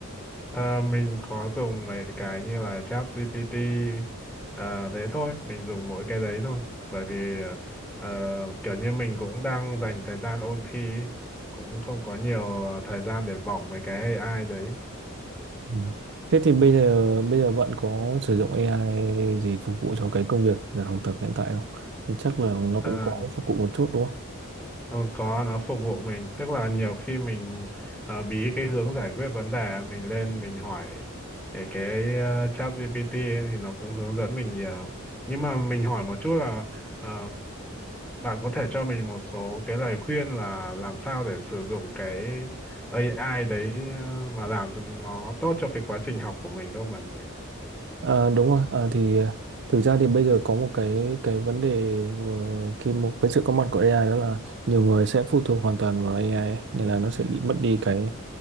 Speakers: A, in the centre; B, on the right (about 50°).
A: Ờ, mình có dùng mấy cái như là ChatGPT ờ, thế thôi, mình dùng mỗi cái đấy thôi. Bởi vì ờ, kiểu như mình cũng đang dành thời gian ôn thi, ấy, cũng không có nhiều thời gian để vòng mấy cái AI đấy.
B: Ừ. Thế thì bây giờ bây giờ bạn có sử dụng AI gì phục vụ cho cái công việc là học tập hiện tại không? Thì chắc là nó
A: Ờ,
B: cũng có phục vụ một chút đúng không?
A: Ừ, có nó phục vụ mình tức là nhiều khi mình ờ, bí cái hướng giải quyết vấn đề mình lên mình hỏi để cái uh, chat GPT ấy, thì nó cũng hướng dẫn mình nhiều nhưng mà mình hỏi một chút là ờ, bạn có thể cho mình một số cái lời khuyên là làm sao để sử dụng cái AI đấy ờ, mà làm cho nó tốt cho cái quá trình học của mình không bạn nhỉ?
B: À, đúng rồi. À, thì à, thực ra thì bây giờ có một cái cái vấn đề vừa- khi một với sự có mặt của AI đó là nhiều người sẽ phụ thuộc hoàn toàn vào AI ấy, nên là nó sẽ bị mất đi cái